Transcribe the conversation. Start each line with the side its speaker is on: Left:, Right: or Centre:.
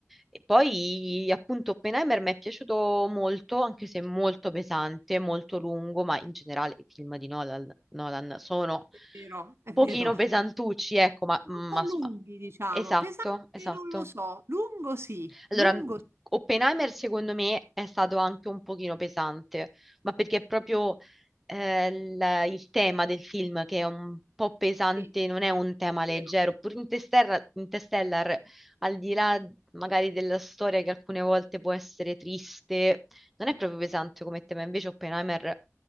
Centre: E poi appunto Oppenheimer mi è piaciuto molto, anche se molto pesante, molto lungo, ma in generale i film di Nolan, Nolan sono un
Right: è vero, è
Centre: pochino
Right: vero.
Centre: pesantucci, ecco, ma, ma
Right: un po' lunghi, diciamo.
Centre: esatto,
Right: Pesante
Centre: esatto.
Right: non lo so, lungo sì,
Centre: Allora,
Right: lungo
Centre: mhmm, Oppenheimer secondo me è stato anche un pochino pesante, ma perché è proprio eh, il, il tema del film che è un po' pesante,
Right: sì,
Centre: non è un tema leggero.
Right: vero.
Centre: Pure Interstellar, Interstellar, al di là magari della storia che alcune volte può essere triste, non è proprio pesante come tema, invece Oppenheimer